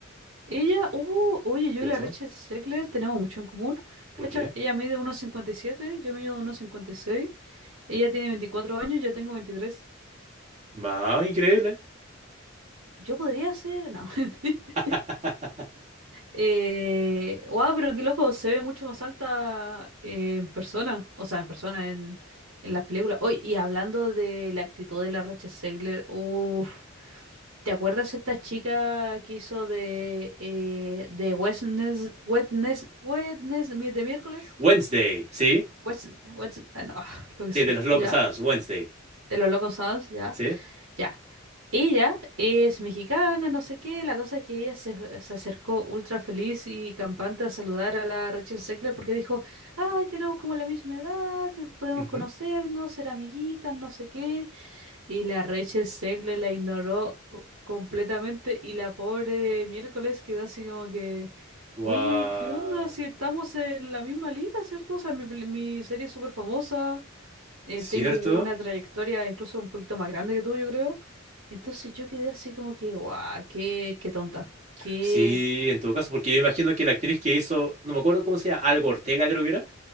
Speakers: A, on the right; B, on the right.
A: Ella, oh, oye, yo
B: ¿Qué
A: y la
B: pasó?
A: Rachel Zegler tenemos mucho en común,
B: ¿Por
A: ¿cacha?
B: qué?
A: Ella mide uno cincuenta y siete yo mido uno cincuenta y seis ella tiene 24 años, yo tengo veintitrés
B: Más increíble.
A: Yo podría ser, no. <laughs>
B: <laughs>
A: eh, wow, pero qué loco, se ve mucho más alta en persona, o sea, en persona, en, en las películas. hoy y hablando de la actitud de la Rachel Zegler, uff, ¿te acuerdas esta chica que hizo de, eh, de Wednesday, Wednesday, de miércoles?
B: Wednesday, ¿sí?
A: What's, what's- ah, no, <laughs> lo que sea,
B: Sí, de los Locos
A: ya,
B: Adams, Wednesday,
A: de los Locos Sounds, ya,
B: ¿sí?
A: ya. Ella es mexicana, no sé qué, la cosa es que ella se, se acercó ultra feliz y campante a saludar a la Rachel Zegler porque dijo, ay, tenemos como la misma edad, podemos
B: Ujú.
A: conocernos, ser amiguitas, no sé qué. Y la Rachel Zegler la ignoró uh, completamente y la pobre miércoles quedó así como que,
B: Guau,
A: oye, ¿qué onda? Si estamos en la misma liga, ¿cierto? O sea, mi, pel- mi serie es súper famosa, eh,
B: ¿Cierto?
A: tengo una trayectoria incluso un poquito más grande que tú, yo creo. Entonces yo quedé así como que, guau, qué, qué tonta. Qué...
B: Sí, en todo caso, porque yo imagino que la actriz que hizo, no me acuerdo cómo se llama, Algo Ortega creo que era,